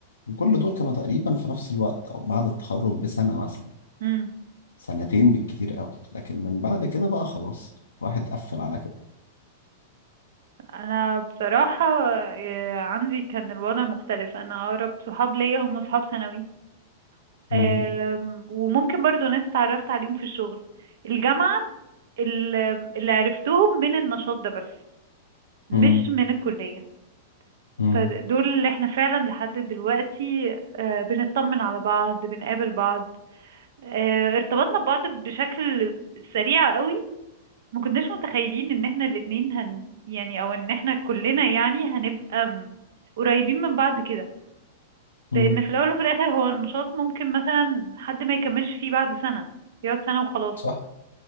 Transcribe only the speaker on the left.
وكل دول كانوا تقريبا في نفس الوقت أو بعد التخرج بسنة مثلا
سنتين بالكتير قوي لكن من بعد كده بقى خلاص الواحد قفل على كده
مم.
مم.
مم.
مم.
صح